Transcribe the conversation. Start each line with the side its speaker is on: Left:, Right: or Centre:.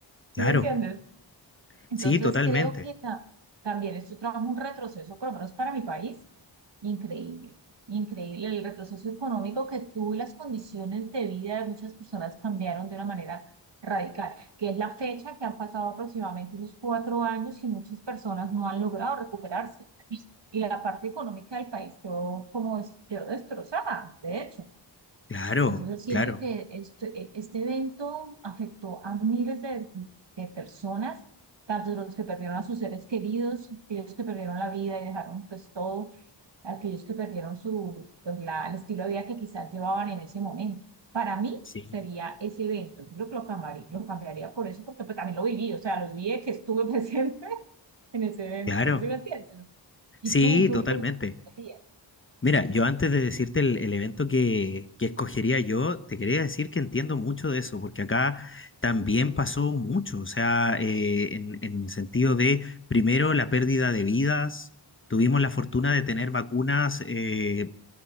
Left: claro,
Right: ¿sí me entiendes? Entonces
Left: sí, totalmente,
Right: creo que ta- también esto trajo un retroceso, por lo menos para mi país, increíble, increíble el retroceso económico que tuvo y las condiciones de vida de muchas personas cambiaron de una manera radical, que es la fecha que han pasado aproximadamente unos cuatro años y muchas personas no han logrado recuperarse. Y la parte económica del país quedó como des- quedó destrozada, de hecho.
Left: claro,
Right: Entonces siento
Left: claro,
Right: que este, e- este evento afectó a miles de, de personas, tanto los que perdieron a sus seres queridos, aquellos que perdieron la vida y dejaron pues todo, aquellos que perdieron su, pues, la, el estilo de vida que quizás llevaban en ese momento. Para mí
Left: sí,
Right: sería ese evento, yo creo que lo cambiaría, lo cambiaría por eso, porque pues, también lo viví, o sea, lo viví de que estuve <laughs> presente en ese evento,
Left: claro,
Right: ¿sí me entiendes? ¿Y
Left: sí,
Right: tú, tú
Left: totalmente.
Right: qué harías?
Left: Mira, yo antes de decirte el, el evento que, que escogería yo, te quería decir que entiendo mucho de eso, porque acá también pasó mucho, o sea, eh, en, en el sentido de, primero, la pérdida de vidas, tuvimos la fortuna de tener vacunas eh,